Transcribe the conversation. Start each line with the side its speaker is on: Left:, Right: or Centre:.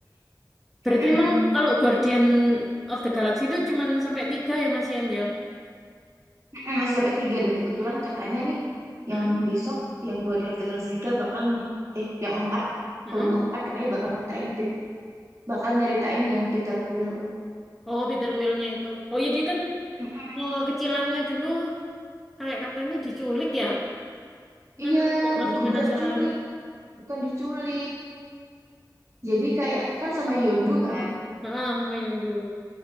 Centre: Berarti
Right: Mm-mm.
Centre: emang kalau Guardian of the Galaxy itu cuman sampai tiga ya Mas Ian ya?
Right: Mm-mm, masih sampai tiga dan kebetulan katanya nih
Centre: Hmm?
Right: yang besok yang gua diintegrasi tiga bakal nyip- eh yang empat
Centre: Hmm?
Right: volume empat katanya bakal nyiptain Pit- bakal nyeritain yang Peter Quill.
Centre: Oh Peter Quill-nya itu. Oh ya dia kan
Right: Mm-mm.
Centre: eh, kecilannya dulu kayak katanya diculik ya. Dia
Right: Iya,
Centre: Kan juga masih
Right: bukan
Centre: penasaran
Right: bukan diculik, bukan diculik. Jadi kayak kan sama Yondu kan.
Centre: Heeh, sama Yondu.